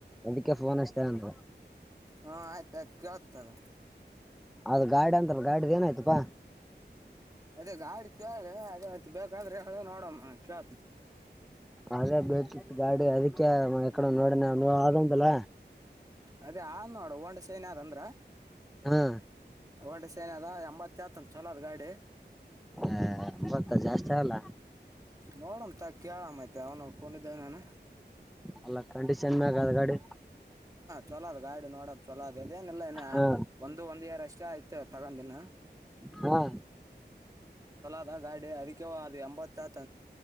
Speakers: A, in the centre; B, on the right (about 20°).
A: ಅದಕ್ಕೆ ಫೋನ್ ಅಷ್ಟೇನೆಂತ
B: ಹಾ ಆಯ್ತು ಆಯ್ತು ಕೆಳ್ತಿನಿ ತಗೋ
A: ಅದು ಗಾಡ ಅಂದ್ರಲ ಗಾಡ್ದ ಏನಾಯ್ತಪಾ
B: ಅದೇ ಗಾಡಿ ಕೇಳಿ ಅದೇ ಮತ್ತ ಬೇಕಾದ್ರೆ ಹೇಳ ನೋಡಮ್ಮ ಕೇಳುತ್ತಾನೆ
A: ಅದೇ ಬೇಕಿತ್ತು ಗಾಡಿ ಅದಕ್ಕೆ ಏಕಡ ನೋಡನೆ ಅಂಗಂಗಿಲ
B: ಅದೇ ಆ ನೋಡು ಹಂಡ ಸ್ಯೆನ್ದ ಅಂದ್ರ
A: ಹಾ
B: ಹಂಡ ಸೈನ್ ಹ ಎಂಬತ್ತ ಆತ ಚಲೋ ಅದು ಗಾಡಿ
A: ಏ ಎಂಬತ್ತ ಜಾಸ್ತಿ ಆಗಲ್ಲ
B: ನೋಡನ್ಂತ ಕೇಳ್ಐತೆ ಅವನು ಕೊಂಡಿದ್ದವನಾನ
A: ಅಲ್ಲ ಕಂಡೀಷನ್ ಮೇ ಆಗದ ಗಾಡಿ
B: ಚಲೋದ್ ಗಾಡಿ ನೋಡಕ್ ಚಲೋದ್ ಅದೇನ ಇಿಲ್ಲ
A: ಹಾ
B: ಒಂದು ಒಂದ್ ಇಯರ್ ಎಷ್ಟ ಆಯಐತ ತಗೊಂಡಿನ
A: ಹಾ
B: ಅದ ಗಾಡಿ ಅದಕ್ಕೆ ಅದು ಎಂಬತ್ತು ಆತ